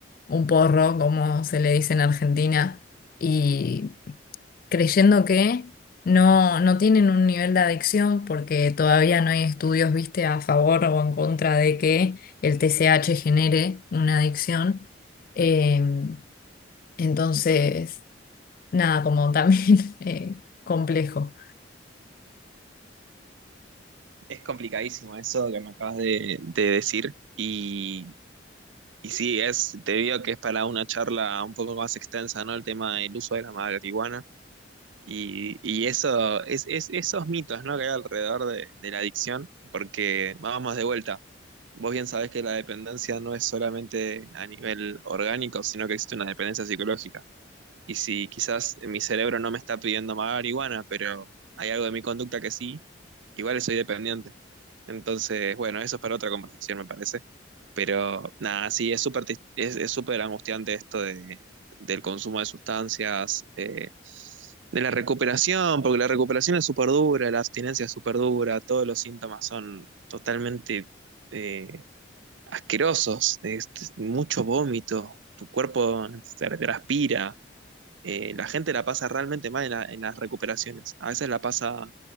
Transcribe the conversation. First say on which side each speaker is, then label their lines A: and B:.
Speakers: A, on the left; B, on the right.
A: un porro, como se le dice en Argentina, y creyendo que no, no tienen un nivel de adicción porque todavía no hay estudios, viste, a favor o en contra de que el TCH genere una adicción. Em, entonces nada, como también <laughs> eh, complejo.
B: Es complicadísimo eso que me acabas de, de decir y, y sí, es, te digo que es para una charla un poco más extensa, ¿no? El tema del uso de la marihuana. Y, y eso, es, es- esos mitos, ¿no? que hay alrededor de, de la adicción, porque vamos de vuelta. Vos bien sabés que la dependencia no es solamente a nivel orgánico, sino que existe una dependencia psicológica. Y si quizás mi cerebro no me está pidiendo más marihuana, pero hay algo de mi conducta que sí, igual soy dependiente. Entonces, bueno, eso es para otra conversación, me parece. Pero nada, sí, es súper tis- es, es súper angustiante esto de, del consumo de sustancias, eh, de la recuperación, porque la recuperación es súper dura, la abstinencia es súper dura, todos los síntomas son totalmente... eh, asquerosos, es mucho vómito, tu cuerpo se transpira, eh, la gente la pasa realmente mal en, la- en las recuperaciones. A veces la pasa,